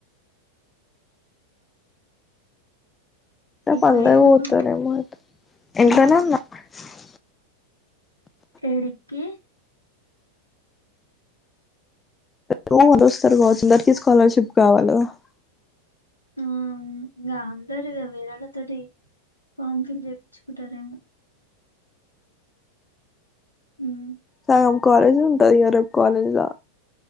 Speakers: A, on the left; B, on the left.
A: ఇప్పుడు
B: పంద
A: ఏడును
B: పోతనే మాట ఎంటనే
A: ఆ,
B: అన్నా <unintelligible>
A: ఎడికి
B: ఎ మరు వస్తారు కావచ్చుందరికిీ స్కాలర్షిప్ కావాలి <unintelligible>
A: ఆవును ఇంకా అందరు వేరాళ్ళతోటి ఫామ్ ఫిల్ చెయిచుకుంటారేమో ఉం
B: సగం కాలేజ్ ఉంటది ఇగ రేపు కాలేజ్ లా